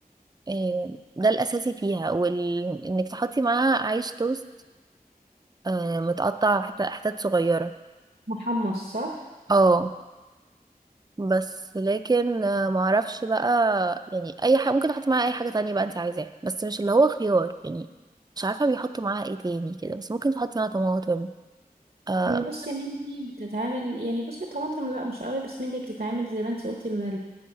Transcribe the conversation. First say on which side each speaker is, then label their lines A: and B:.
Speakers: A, on the right; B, on the right.
A: آه، ده الاساسي فيها وال... انك تحطي معاها عيش توست آه، متقطع حتت حتت صغيره
B: محمص صح
A: اه بس لكن آه، معرفش بقى يعني اي حاجه ممكن احط معاها اي حاجه تانية بقى انت عايزاها بس مش اللي هو خيار يعني مش عارفه بيحطوا معاها ايه تاني كده بس ممكن تحطي معاها طماطم اه
B: هي بس مني بتتعمل يعني بصي طماطم لا مش قوي بس مني بتتعمل زي ما انتي قلتي من